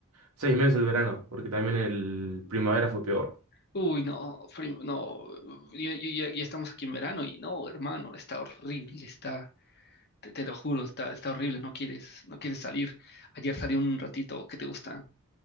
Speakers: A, on the right; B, on the left.
A: seis meses el verano, porque también el primavera fue peor.
B: Uy, no, primo, no. y- y- Ya, ya estamos aquí en verano y no, hermano, está horrible, está. Te, te lo juro, está, está horrible, no quieres, no quieres salir. Ayer salí un ratito, ¿qué te gusta?